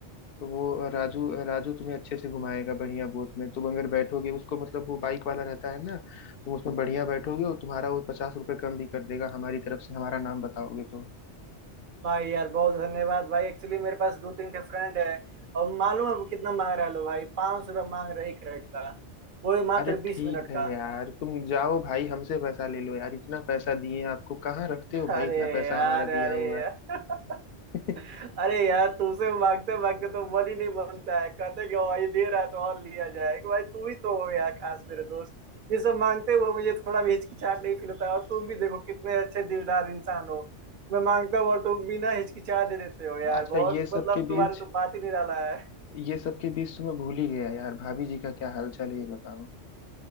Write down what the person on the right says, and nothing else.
भाई यार बहुत धन्यवाद भाई एक्चुअली मेरे पास दो तीन ठे फ्रेंड है और मालूम है वो कितना मांग रहा है लो भाई पाँच सौ रुपया मांग रहा है एक राइड का वो भी मात्र
बीस मिनट
का
अरे
यार
अरे
यार
<laughs> अरे यार तुमसे मांगते मांगते तो मन ही नहीं मानता है कहते कि भाई दे रहा है तो और लिया जाए कि भाई तुम ही तो हो यार खास मेरे दोस्त ये सब मांगते हुए मुझे थोड़ा भी हिचकिचाहट नहीं फील होता है और तुम भी देखो कितने अच्छे दिलदार इंसान हो मैं मांगता हूँ और तुम बिना हिचकिचाह दे देते हो यार
बहुत
मतलब
तुम्हारे
तो बात ही निराला है